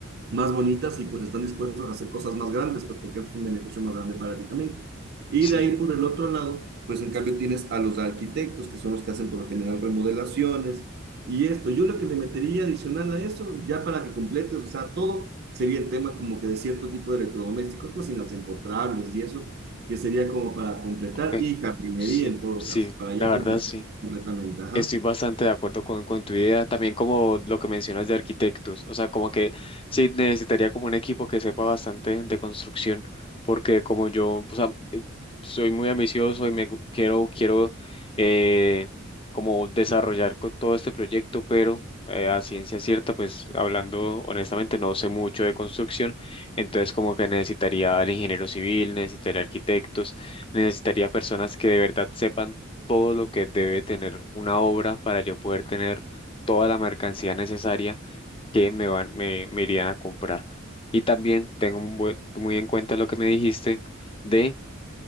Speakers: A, on the right; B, on the left.
A: más bonitas y pues están dispuestos a hacer cosas más grandes, pues porque eso es un beneficio más grande para ti también. Y
B: Sí,
A: de ahí por el otro lado, pues en cambio tienes a los arquitectos, que son los que hacen por lo general remodelaciones y esto. Yo lo que le metería adicional a eso, ya para que completes, o sea, todo sería el tema como que de cierto tipo de electrodomésticos, cocinas empotrables y eso, que sería como para completar
B: ok.
A: y jardinería
B: Sí,
A: en todo
B: sí,
A: caso, para
B: la
A: ya
B: verdad
A: completar
B: sí.
A: completamente. Ajá.
B: Estoy bastante de acuerdo con, con tu idea, también como lo que mencionas de arquitectos, o sea, como que sí necesitaría como un equipo que sepa bastante de construcción, porque como yo, o sea, eh, soy muy ambicioso y me gu- quiero, quiero eh, como desarrollar co- todo este proyecto, pero eh, a ciencia cierta, pues hablando honestamente, no sé mucho de construcción, entonces como que necesitaría al ingeniero civil, necesitaría arquitectos, necesitaría personas que de verdad sepan todo lo que debe tener una obra para yo poder tener toda la mercancía necesaria que me van, me, me irían a comprar. Y también tengo un bue- muy en cuenta lo que me dijiste de